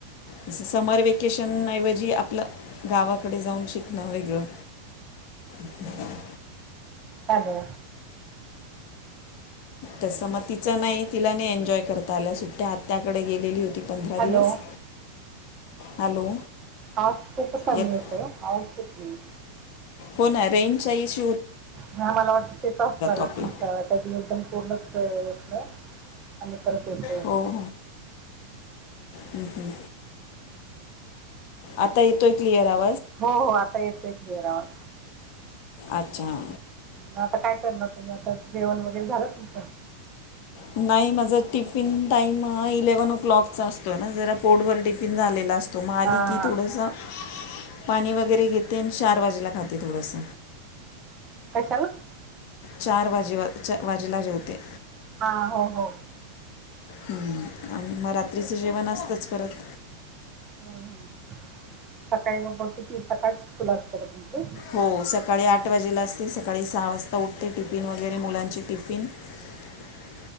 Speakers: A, on the left; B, on the right.
A: असं समर वेकेशन ऐवजी आपलं गावाकडे जाऊन शिकणं वेगळं <unintelligible>
B: हॅल्लो
A: तस मग तिचं नाही तिला नाही एन्जॉय करता आल्या सुट्ट्या आत्याकडे गेलेली होती पंधरा
B: हॅलो
A: दिवस हॅलो
B: आवाज खूपच कमी
A: येत
B: येतोय ओ आवाजाच येत नाही
A: हो ना रेंज इशु
B: ह मला वाटत तेच असणार आहेत
A: आपला
B: तुमच्या त्या एकदम पूर्ण घेतलं आणि परत येत
A: हो हो हं, हं. आता येतोय क्लिअर आवाज
B: हो हो आता येतोय क्लिअर आवाज
A: अच्छा
B: ह आता काय करणार तुम्ही आता जेवण वगैरे झालंत नाही
A: नाही माझा टिफिन टाइम हा इलेव्हन ओ क्लॉकचा असतो ना जरा पोर्टवरर टिफिन झालेला असतो त मालिक
B: हा
A: ह थोडासा पाणी वगैरे घेते आणि चार वाजेला खाते थोडस
B: कशाला?
A: चार वाजेला जेवते
B: हा हो हो
A: हम्म. आणि मग रात्रीचं जेवण असतंच परत
B: हम्म हम् सकाळी मग मग किती सकाळच स् फुल असते र तुमची
A: हो सकाळी आठ वाजेला असते सकाळी सहा वाजता उठते टिफिन वगैरे मुलांचे टिफिन <unintelligible>